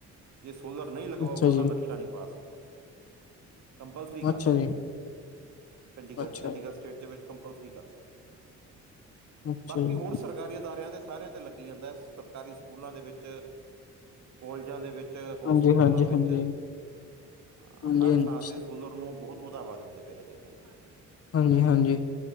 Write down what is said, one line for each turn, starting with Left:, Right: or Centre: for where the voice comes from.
Right: ਜੇ ਸੋਲਰ ਨਹੀਂ ਲਗਵਾਉਗਾ
Left: ਅੱਛਾ
Right: ਉਹਦਾ
Left: ਜੀ
Right: ਨਕਸ਼ਾ ਨਹੀਂ ਪਾਸ ਕੰਪਲਸਰੀ ਕਰਤਾ
Left: ਅੱਛਾ ਜੀ
Right: ਇੱਥੇ, ਚੰਡੀਗੜ,
Left: ਅੱਛਾ
Right: ਚੰਡੀਗੜ
Left: ਜੀ
Right: ਸਟੇਟ ਦੇ ਵਿੱਚ ਕੰਪਲਸਰੀ ਕਰਤਾ,
Left: ਅੱਛਾ
Right: ਬਾਕੀ
Left: ਜੀ
Right: ਹੋਰ ਸਰਕਾਰੀ ਅਦਾਰਿਆਂ ਦੇ ਸਾਰਿਆਂ ਤੇ ਲੱਗੀ ਜਾਂਦਾ ਏ, ਸਰਕਾਰੀ ਸਕੂਲਾਂ ਦੇ ਵਿੱਚ, ਕੋਲਜਾਂ ਦੇ ਵਿੱਚ। ਚ, ਹੋਸਪੀਟਲਾਂ
Left: ਹਾਂਜੀ ਹਾਂਜੀ
Right: ਵਿੱਚ
Left: ਹਾਂਜੀ ਹਾਂਜੀ
Right: ਅ,
Left: ਹਾਂਜੀ
Right: ਹਰ
Left: ਹਾਂਜੀ
Right: ਥਾਂ ਤੇ ਸੋਲਰ ਨੂੰ ਬਹੁਤ ਵਧਾਵਾ ਦਿੰਦੇ। ਤੇ ਹੈਗੇ ਨੇ।
Left: ਹਾਂਜੀ-ਹਾਂਜੀ।